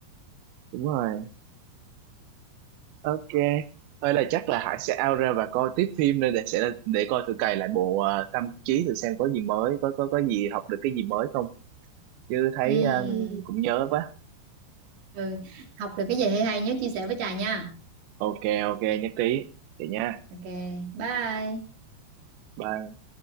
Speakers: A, on the right; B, on the right.
A: đúng rồi ok Ơi là chắc là Hải sẽ out ra và coi tiếp phim đây để sẽ để coi thử cày lại bộ uh, Tâm Trí thử xem có gì mới có có có gì học được cái gì mới không chứ thấy
B: Ừm,
A: ờ, cũng nhớ quá
B: ừ. học được cái gì hay hay nhớ chia sẻ với Trà nha
A: ok ok nhất trí vậy nha
B: ok bye
A: bye